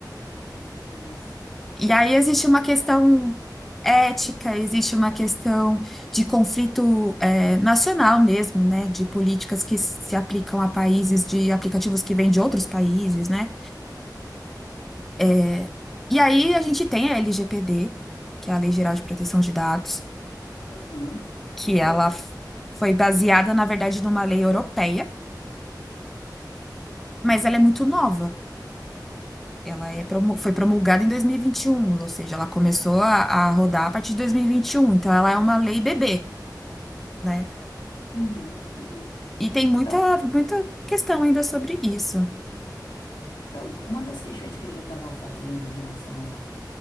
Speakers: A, on the left (about 85°); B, in the centre.
A: compreendo isso.
B: E aí existe uma questão ética, existe uma questão de conflito é, nacional mesmo, né? De políticas que se aplicam a países, de aplicativos que vêm de outros países, né? É, E aí a gente tem a LGPD, que é a Lei Geral de Proteção de Dados,
A: Aham.
B: que ela
A: Pronto.
B: f- foi baseada, na verdade, numa lei europeia, mas ela é muito nova. Ela é promu- foi promulgada em dois mil e e vinte e um ou seja, ela começou a, a rodar a partir de dois mil e e vinte e um então ela é uma lei bebê. né?
A: Uhum, uhum.
B: E tem muita,
A: Pronto.
B: muita questão ainda sobre isso.
A: Pronto. Uma das questões que a gente estava fazendo em relação a